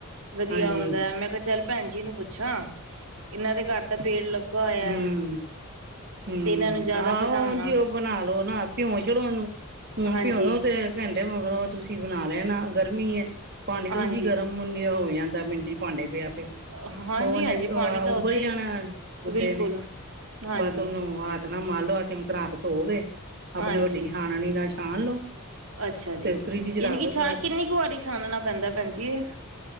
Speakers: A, on the right; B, on the right.
A: ਵਧੀਆ
B: ਹਾਂਜੀ,
A: ਆਂਦਾ ਮੈਂ ਕਿਹਾ ਚੱਲ ਭੈਣ ਜੀ ਨੂੰ ਪੁੱਛ ਅੱਛਾ ਇਹਨਾਂ ਦੇ ਘਰ ਤਾਂ ਪੇੜ ਹੋਇਆ
B: ਹੂੰ-ਹੂੰ,
A: ਤੇ ਇਨਾਂ ਨੂੰ ਜਾਦਾ
B: ਆਹੋ
A: ਪਤਾ ਹੋਣਾ।
B: ਜੀ ਉਹ ਬਣਾ ਲੋ ਨਾ ਭਿਉਂ ਛੱਡੋ ਉਹਨੂੰ ਹੁਣ
A: ਹਾਂਜੀ,
B: ਭਿਉੋ ਦੋ ਤੇ ਘੰਟੇ ਮਗਰੋਂ ਤੁਸੀਂ ਬਣਾ ਲੈਣਾ ਗਰਮੀ ਐ ਪਾਣੀ ਤਾਂ
A: ਹਾਂਜੀ,
B: ਉੰਝ ਗਰਮ ਹੁਣਹੋ ਜਾਂਦਾ ਮਿੰਟ ਚ ਭਾਂਡੇ ਪ
A: ਹਾਂਜੀ,
B: ਓ ਓਨੇ
A: ਹਾਂਜੀ ਪਾਣੀ
B: ਉਬਲ
A: ਤਾਂ ਓਦਾਂ ਈ
B: ਜਾਣਾ ਬੁੱਧੇ
A: ਬਿਲਕੁਲ
B: ਨੇ
A: ਹਾਂਜੀ
B: ਬਸ ਉਹਨੂੰ ਹੱਥ ਨਾ ਮੰਨ ਲਓ ਆ ਚੰਗੀ ਤਰਾਂ ਹੱਥ ਧੋ ਗੇ ਆਪਣੇ
A: ਹਾਂਜੀ
B: ਵੱਡੀ ਛਾਨਣੀ ਨਾ ਛਾਣ ਲੋ
A: ਅੱਛਾ
B: ਤੇ
A: ਜੀ,
B: ਫਰਿੱਜ ਚ
A: ਯਾਨੀ
B: ਰੱਖ
A: ਕਿ
B: ਦੋ ਥੋੜਾ
A: ਛਾ ਕਿੰਨੀ ਕ ਵਾਰੀ ਛਾਨਣਾ ਪੈਂਦਾ ਭੈਣ ਜੀ ਇਹ